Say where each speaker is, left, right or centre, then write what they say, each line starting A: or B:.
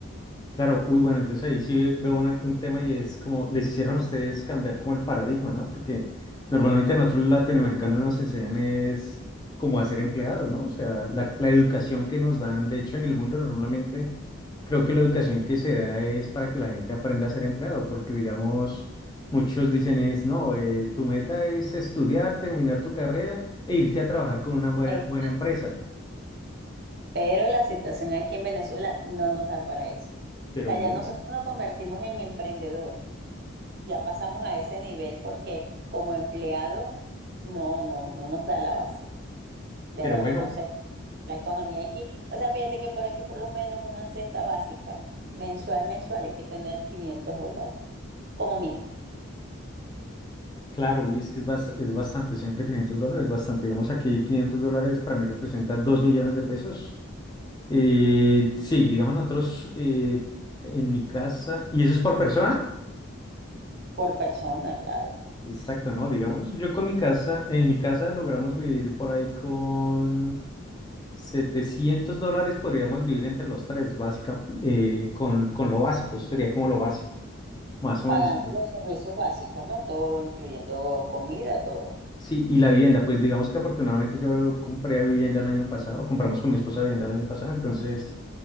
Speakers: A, on the left; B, on the right.
A: Claro, uy, bueno, entonces ahí sí veo una- un tema y es como les hicieron a ustedes cambiar como el paradigma, ¿no? Porque normalmente
B: Y,
A: a nosotros los latinoamericanos nos enseñan es cómo hacer empleados, ¿no? O sea, la, la educación que nos dan, de hecho en el mundo normalmente creo que la educación que se da es para que la gente aprenda a ser empleado, porque digamos, muchos dicen es, no, eh, tu meta es estudiar, terminar tu carrera e irte a trabajar con una buena,
B: eh,
A: buena empresa,
B: pero la situación aquí en Venezuela no nos da para eso. O
A: pero
B: sea,
A: bien,
B: ya nosotros nos convertimos en emprendedores. ya pasamos a ese nivel porque como empleado no, no, no nos da la base. De
A: pero
B: verdad,
A: bueno.
B: no sé. La economía aquí, o sea, fíjate que por aquí por lo menos una cesta básica mensual, mensual, hay que tener 500 dólares como mínimo,
A: Claro, uy, es que es, bas- es bastante, siempre 500 dólares, bastante. Digamos aquí 500 dólares para mí representa 2 millones de pesos. Eh, sí, digamos nosotros eh, en mi casa, ¿y eso es por persona?
B: por persona, claro,
A: Exacto, ¿no? Digamos, yo con mi casa, en mi casa logramos vivir por ahí con 700 dólares, podríamos vivir entre los tres, básica, eh, con, con lo básico, eso sería como lo básico, más o
B: pagando
A: menos.
B: los servicios básicos, ¿no? Todo incluyendo comida, todo.
A: Sí, y la vivienda, pues digamos que afortunadamente yo compré vivienda el año pasado, compramos con mi esposa vivienda el año pasado, entonces,